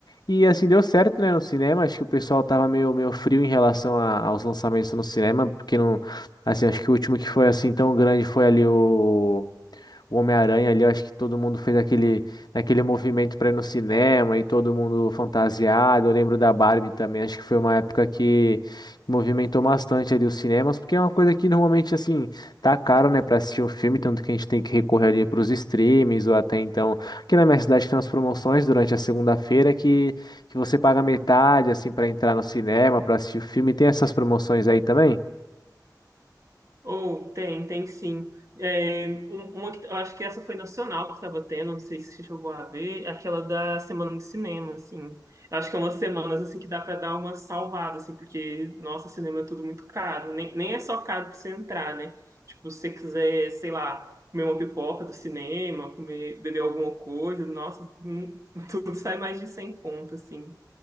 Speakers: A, on the left; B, on the right.
A: E assim, deu certo, né, no cinema. Acho que o pessoal tava meio, meio frio em relação a- aos lançamentos no cinema, porque não. Assim, acho que o último que foi assim tão grande foi ali o o Homem-Aranha ali, eu acho que todo mundo fez aquele, aquele movimento para ir no cinema e todo mundo fantasiado. Eu lembro da Barbie também, acho que foi uma época que movimentou bastante ali os cinemas, porque é uma coisa que normalmente assim tá caro, né, para assistir um filme, tanto que a gente tem que recorrer ali para os streams ou até então. Aqui na minha cidade tem umas promoções durante a segunda-feira que, que você paga metade assim para entrar no cinema, para assistir o filme. Tem essas promoções aí também?
B: Ou tem, tem sim. É, um- uma, que- eu acho que essa foi nacional que estava tendo, não sei se você chegou a ver, é aquela da semana de cinema, assim. Eu acho que é umas semanas assim que dá para dar uma salvada, assim, porque, nossa, cinema é tudo muito caro. Nem, nem é só caro para você entrar, né? Tipo, se você quiser, sei lá, comer uma pipoca do cinema, comer, beber alguma coisa, nossa, não- <laughs> tudo sai mais de 100 conto, assim.